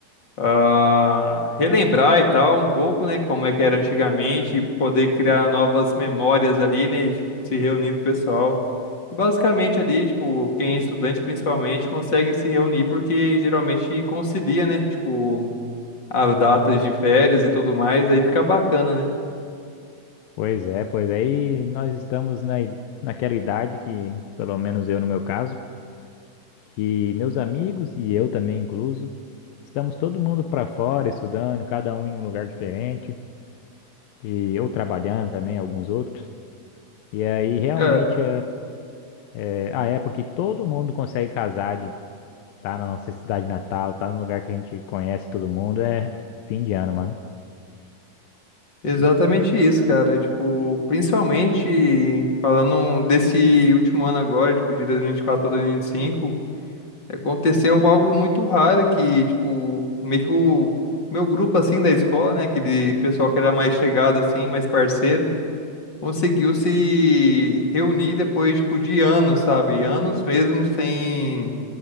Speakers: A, on the left; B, on the left.
A: ah, relembrar e tal um pouco, né? Como é que era antigamente, poder criar novas memórias ali, né? Se reunindo com o pessoal. E basicamente ali, tipo, quem é estudante principalmente consegue se reunir porque geralmente concilia, né? Tipo, as datas de férias e tudo mais, aí fica bacana, né?
B: pois é, pois aí nós estamos na, i- naquela idade que, pelo menos eu no meu caso, que meus amigos e eu também incluso, estamos todo mundo para fora estudando, cada um em um lugar diferente, e eu trabalhando também, alguns outros. E aí realmente
A: Cara,
B: É a época que todo mundo consegue casar, de tá na nossa cidade natal, tá no lugar que a gente conhece todo mundo, é fim de ano, mano.
A: Exatamente
B: Que-
A: isso, cara. Tipo, principalmente falando desse último ano agora, tipo, de 2024 para 2025. Aconteceu algo muito raro que, tipo, meio que o meu grupo, assim, da escola, né? Aquele pessoal que era mais chegado, assim, mais parceiro, conseguiu se reunir depois, tipo, de anos, sabe? Anos mesmo sem,